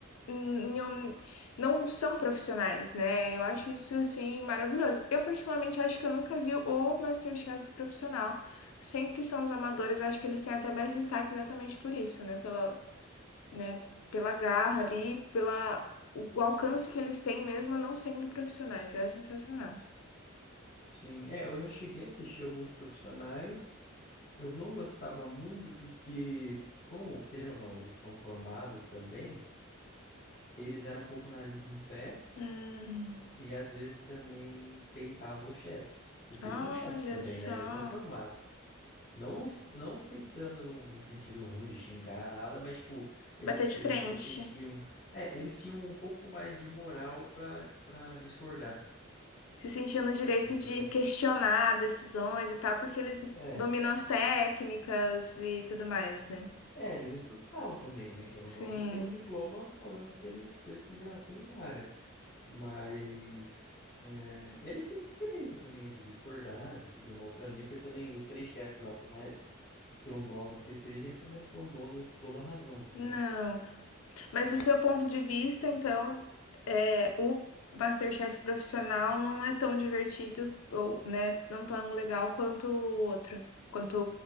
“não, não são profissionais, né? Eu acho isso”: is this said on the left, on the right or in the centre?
Left